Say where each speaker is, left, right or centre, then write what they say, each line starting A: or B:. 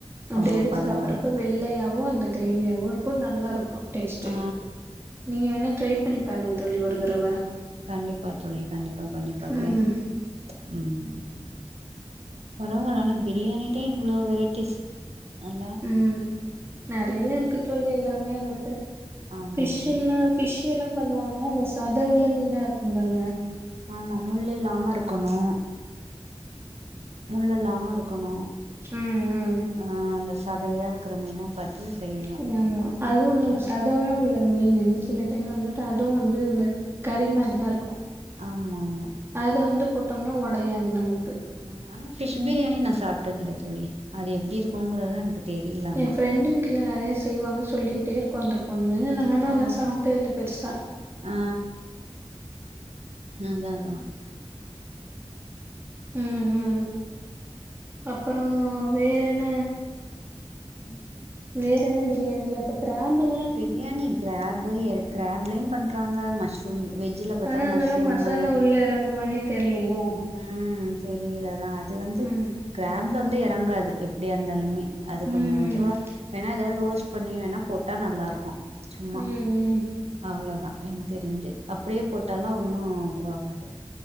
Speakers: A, on the right (about 20°); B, on the right (about 80°).
A: அப்டி
B: ஓ
A: எடுத்து
B: பரவால்ல
A: சாப்பறப்ப வெள்ளையாவு அந்த கிரேவியாவு இருக்கு நல்லா இருக்கு டேஸ்ட்டு
B: ஆ
A: நீங்க வேண்ணா ட்ரை பண்ணி பாருங்க தோழி ஒரு தடவ
B: கண்டிப்பா தோழி கண்டிப்பா பண்ணி பாக்கறே
A: ம்
B: ம் பரவால ஆனா பிரியாணிலையே இவ்ளோ வெரைட்டிஸ் நல்லா
A: ம் நெறைய இருக்கு தோழி எல்லாமே அங்குட்டு
B: ஆமா
A: ஃபிஷ்சுன்னா
B: ஆமா
A: ஃபிஷ் எல்லா பண்ணுவாங்க அந்த சத உள்ள மீனா இருக்கும் பாருங்க
B: ஆமா முள் இல்லாம இருக்கணு முள் இல்லாம இருக்கணு
A: ம் ம்
B: ஆ அந்த சதையா இருக்கிற மீனா பாத்து செய்யணு
A: ன்னாமா அது நம்
B: ஆ
A: சதவா உள்ள மீனு சில டைம் வந்துட்டு அதுவு வந்து இந்த கறி மாரிதா இருக்கு
B: ஆமாம்மா
A: அது வந்து போட்டம்னா ஒடையாது நமக்கு
B: ஆ ஆனா ஃபிஷ் பிரியாணி நா சாப்ட்டது இல்ல தோழி அது எப்டி இருக்குங்கிறதா எனக்கு தெரில ஆனா
A: எ ஃப்ரெண்டு வீட்ல நெறைய செய்வாங்க சொல்லிக்கிட்டே இருக்கு அந்த பொண்ணு நானு
B: ஓ
A: ஆனா சாப்ட்டதுல்ல பெருசா
B: ஆ அதா அதா
A: ம் ம் அப்பறோ வேற என்ன
B: ம்
A: வேற என்ன பிரியாணில இப்ப கிராம்புன்
B: பிரியாணி கிராப்பு கிராப்லயு பண்றாங்க மஷ்ரூம் வெஜ்ஜில பாத்தா
A: ஆனா
B: மஷ்ரூமு
A: அதெல்லா மசாலா உள்ள எறங்குமானே தெர்லயே
B: ம் தெரில தா அது வந்து
A: ம்
B: கிராப்ல வந்து எறங்காது எப்படியா இருந்தாலுமே அது
A: ம்
B: கொஞ்சோ இதுவா
A: ம்
B: வேணா ஏதாவது ரோஸ்ட் பண்ணி வேணா போட்டா நல்லாருக்கு சும்மா
A: ம் ம்
B: அவ்ளோதா என் தெரிஞ்சு அப்டியே போட்டால்லா ஒன்னு இதுவாகாது